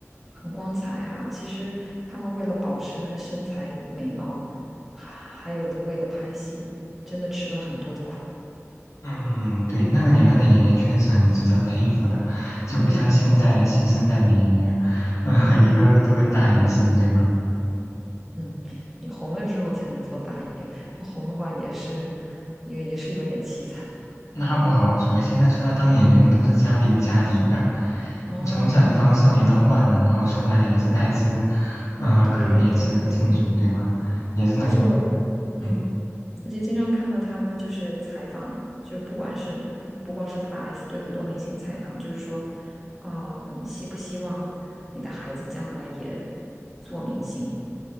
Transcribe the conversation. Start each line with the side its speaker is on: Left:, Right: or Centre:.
Centre: 很光彩啊，其实他们为了保持那个身材美貌，还还有那个为了拍戏，真的吃了很多的苦。
Left: 嗯，对，那个年代的演员确实是很值得佩服的，就不像现在新生代的演员，
Centre: 嗯
Left: 嗯、
Centre: 嗯。
Left: <laughs> 一个个都跟大爷似的，对吧？
Centre: 嗯，你红了之后才能做打野，不红的话也是，也也是有点凄惨。
Left: 那不好说，现在出来当演员都是家里有家底的，
Centre: 哦，
Left: 从小就当少爷当惯了，然后出来也是带资，嗯、
Centre: 对对对，
Left: 可能也是进组，对吧？也是那种，
Centre: 而且我，
Left: 嗯
Centre: 嗯，而且经常看到他们就是采访，就不管是不不光是大 S 对很多明星采访，就是说，哦、你希不希望你的孩子将来也做明星？